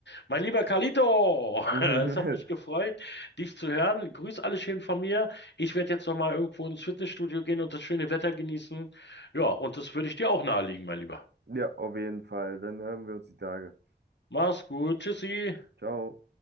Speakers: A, on the left; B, on the right.
A: Mein lieber Carlito,
B: Mhm.
A: <laughs> es hat mich gefreut
B: <laughs>
A: dich zu hören. Grüß alle schön von mir. Ich werde jetzt nochmal irgendwo ins Fitnessstudio gehen und das schöne Wetter genießen. Ja, und das würde ich dir auch nahelegen, mein Lieber.
B: Ja, auf jeden Fall. Dann hören wir uns die Tage.
A: Mach's gut. Tschüssi.
B: Ciao.